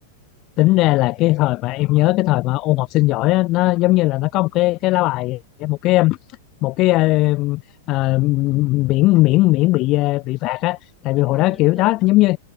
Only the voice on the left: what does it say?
tính ra là cái thời mà em nhớ cái thời mà ôn học sinh giỏi á, nó giống như là nó có một cái cái lá bài một cái một cái ờ, ờ, miễn miễn miễn bị ờ, bị phạt á tại
vì hồi
đó
kiểu
đó giống như